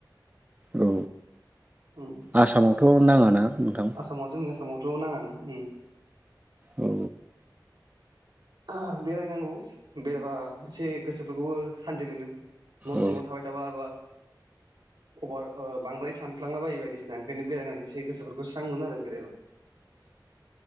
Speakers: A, on the right (about 20°); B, on the right (about 80°).
A: औ
B: ओं
A: आसामावथ' नाङाना नोंथां
B: आसामाव जोंनि आसामावथ' नाङानो ओ
A: औ
B: ओ बेरायनांगौ बेरायबा एसे गोसोफोरखौबो सान्थि मोनो न'
A: औ
B: सिङाव थाबाय थाबाबा अभार ओ बांद्राय सानफ्लांलाबायो बायदिसिना ओंखायनो बेरायनानैसो गोसोफोरखौ स्रां मोनो आरो बेरायबा